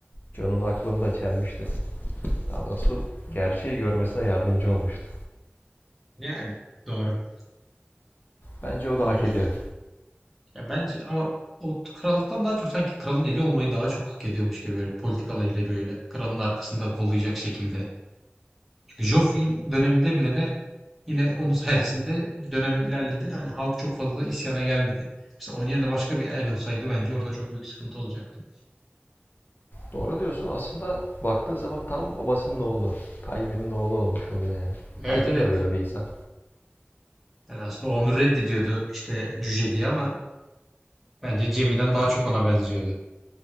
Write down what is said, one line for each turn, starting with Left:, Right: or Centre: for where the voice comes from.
Left: John'un aklını da çelmişti. Daha doğrusu gerçeği görmesine yardımcı olmuştu.
Centre: Yani doğru.
Left: Bence o da
Centre: Bilemeyeceğim.
Left: hak ediyor.
Centre: Ya bence ama o krallıktan daha çok sanki kralın eli olmayı daha çok hak ediyormuş gibi böyle politikalarıyla böyle kralın arkasında kollayacak şekilde. Çünkü Joffrey'in döneminde bile ne yine onun sayesinde dönem ilerledi. Yani halk çok fazla isyana gelmedi. Mesela onun yerine başka bir el olsaydı bence orada çok büyük sıkıntı olacaktı.
Left: Doğru diyorsun aslında baktığın zaman tam babasının oğlu. Tywin'in oğlu olmuş oluyor yani.
Centre: Evet
Left: Tywin
Centre: evet.
Left: de böyle bir insan.
Centre: Yani aslında onu reddediyordu işte cüce diye ama Bence Cemil'den daha çok ona benziyordu.